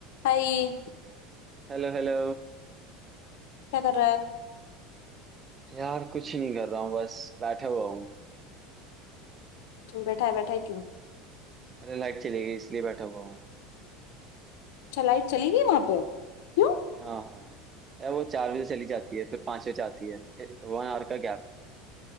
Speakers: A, on the left; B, on the right.
A: हाय
B: Hello hello
A: क्या कर रहा है
B: यार कुछ नहीं कर रहा हूँ बस बैठा हुआ हूँ
A: चल बैठा है बैठा है क्यों
B: अरे लाइट चली गई इसलिए बैठा हुआ हूँ
A: अच्छा लाइट चली गई वहां पे क्यों
B: हाँ हाँ हाँ। यार वो चार बजे चली जाती है फिर पाँच बजे आती है वन आवर का गैप